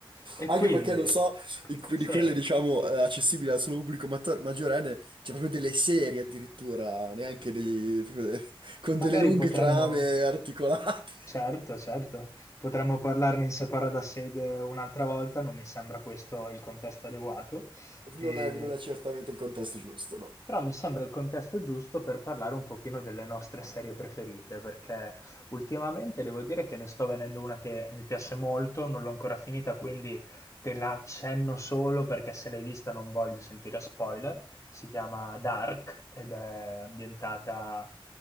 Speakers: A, on the left; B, on the right.
A: E
B: Anche
A: quindi,
B: perché non so, In que-
A: sì,
B: Di quelle, diciamo, eh, accessibili al solo pubblico mat- maggiorenne, c'è proprio delle serie addirittura, neanche dei... proprio- <laughs> con delle
A: Magari
B: lunghe
A: potremmo,
B: trame articolate.
A: certo, certo, potremmo parlarne in separata sede un'altra volta, non mi sembra questo il contesto adeguato. E
B: non è, non è certamente il contesto giusto, no.
A: però mi sembra il contesto giusto per parlare un pochino delle nostre serie preferite, perché ultimamente devo dire che ne sto vedendo una che mi piace molto, non l'ho ancora finita, quindi te la accenno solo perché se l'hai vista non voglio sentire spoiler. Si chiama Dark ed è ambientata...